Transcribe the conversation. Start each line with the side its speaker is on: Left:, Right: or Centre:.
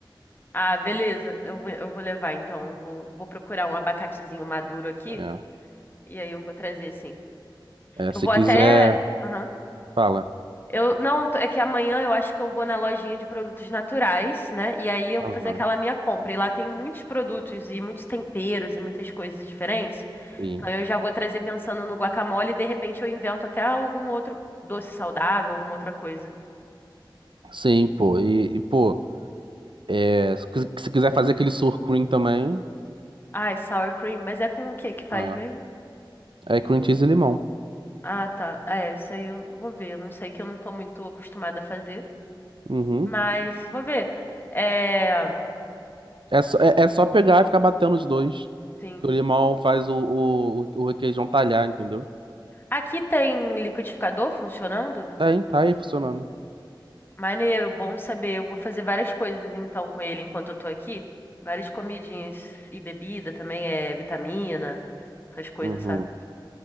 Left: Ah, beleza. Eu vou, eu vou levar, então. Eu vou, vou procurar um abacatezinho maduro aqui.
Right: É.
Left: E aí eu vou trazer, sim.
Right: É,
Left: Eu
Right: se
Left: vou
Right: quiser,
Left: até. Aham.
Right: fala.
Left: Eu, não, tô- é que amanhã eu acho que eu vou na lojinha de produtos naturais, né? E aí eu
Right: Aham.
Left: vou fazer aquela minha compra. E lá tem muitos produtos e muitos temperos e muitas coisas diferentes.
Right: Sim.
Left: Então eu já vou trazer pensando no guacamole e de repente eu invento até algum outro doce saudável, alguma outra coisa.
Right: Sim, pô. E, e, pô, é, se quis- se quiser fazer aquele sour cream também,
Left: Ai, sour cream, mas é com o que que faz
Right: ah,
Left: mesmo?
Right: é cream cheese e limão.
Left: Ah, tá. É, isso aí eu vou ver. Eu não sei que eu não tô muito acostumada a fazer,
Right: Uhum.
Left: mas vou ver. É,
Right: É só, é, é só pegar e ficar batendo os dois.
Left: sim.
Right: Que o limão faz o, o, o requeijão talhar, entendeu?
Left: Aqui tem liquidificador funcionando?
Right: Tá aí, tá aí funcionando.
Left: Maneiro, bom saber. Eu vou fazer várias coisas então com ele enquanto eu tô aqui. Várias comidinhas e bebida também, é vitamina, essas coisas,
Right: Uhum.
Left: sabe?